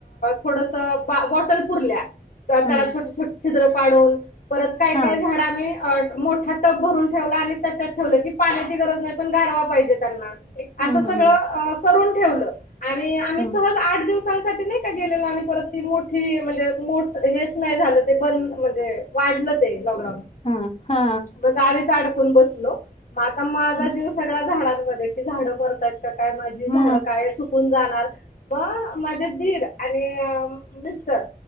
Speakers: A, on the left; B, on the left.
A: थोडस बॉटल पूरल्या त्याला
B: ह
A: छोटे छोट छिद्र पाडून, परत काय
B: हा
A: काय झाड आम्ही मोठ्या टप भरून ठेवला आणि त्याच्यात ठेवलं की पाण्याची गरज नाही पण गारवा पाहिजे त्यांना.
B: ह
A: असं सगळं
B: ह
A: अं करून ठेवलं आणि आम्ही
B: ह
A: सहज आठ दिवस साठी नाही का गेलेलो आम्ही परत ती मोठी म्हणजे मोठ हेच नाही झालं ते बंद म्हणजे वाढलं ते लॉकडाऊन.
B: हा हा
A: मग गावीच अडकून बसलो, म आता माझा
B: ह
A: जीव सगळा झाडांमध्ये कि झाड मरतायत का काय माझी
B: ह
A: झाड काय अश सुकून जाणार, ब माझे दीर आणि अं मिस्टर